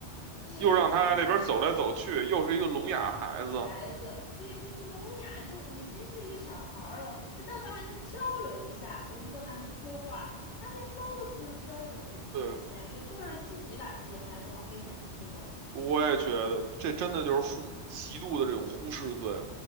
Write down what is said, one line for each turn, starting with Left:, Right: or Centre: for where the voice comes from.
Left: 你们怎么能够？
Right: 又让他在那边走来走去，又是一个聋哑孩子。
Left: 孩子，对你聋哑就已经是一个小孩儿了，他但凡还能交流一下，我们都还能说话，他连交都不能交流，这这简直就是自己把自己孩子往危险地区弄。
Right: 对，我也觉得这真的就是父母极度的这种忽视罪。